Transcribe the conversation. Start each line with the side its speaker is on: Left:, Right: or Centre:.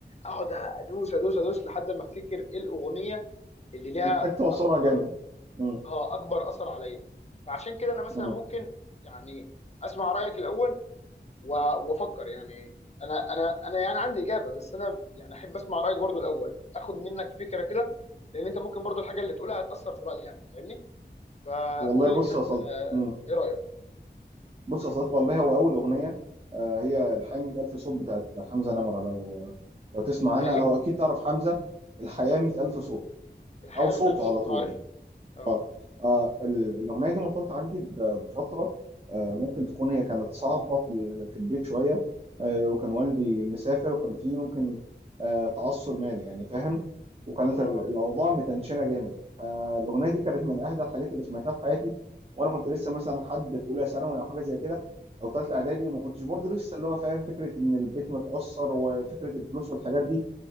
Left: اقعد ادوس ادوس ادوس لحد ما افتكر ايه الاغنيه اللي ليها
Right: محتاج تعصرها
Left: اكبر
Right: جامد اه،
Left: اه اكبر اثر عليا فعشان كده انا مثلا
Right: اه.
Left: ممكن يعني اسمع رايك الاول و- وافكر يعني انا انا انا يعني عندي اجابه بس انا يعني احب اسمع رايك برضو الاول اخد منك فكره كده لان انت ممكن برضو الحاجه اللي تقولها هتاثر في رايي يعني فاهمني فقول
Right: والله بص
Left: لي كده
Right: يا
Left: انت
Right: صديق
Left: آه،
Right: اه.
Left: ايه رايك
Right: بص يا صديق والله هو أول أغنية آه، هي الحياة 100000 ألف صوت بتاعت حمزة نمرة لو لو تسمع
Left: اسمها
Right: عنها
Left: ايه
Right: أو أكيد تعرف حمزة الحياة 100000 ألف صوت
Left: الحياة
Right: أو صوته
Left: 100000 صوت
Right: على طول
Left: آه، عارف
Right: يعني.
Left: اه
Right: اه آه، ال- الاغنيه دي مرتبطه عندي ب- بفتره آه، ممكن تكون هي كانت صعبه في ال- في البيت شويه آه، وكان والدي مسافر وكان فيه ممكن آه، تعثر مالي يعني فاهم وكانت
Left: اه اه
Right: ال- الاوضاع متنشنه جامد آه، الاغنيه دي كانت من اهدى الحاجات اللي سمعتها في حياتي وانا كنت لسه مثلا حد في اولى ثانوي او حاجه زي كده او ثالثه اعدادي وما كنتش برضه لسه اللي هو فاهم فكره ان البيت متاثر وفكره الفلوس والحاجات دي